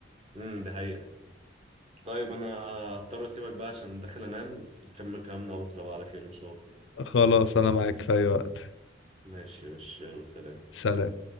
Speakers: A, on the right (about 35°); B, on the left (about 80°).
A: امم ده حقيقة طيب انا هضطر اسيبك بقى عشان داخل انام نكمل كلامنا بكرة بقى على خير ان شاء الله
B: خلاص انا معاك في اي وقت
A: ماشي يا باشا يلا سلام
B: سلام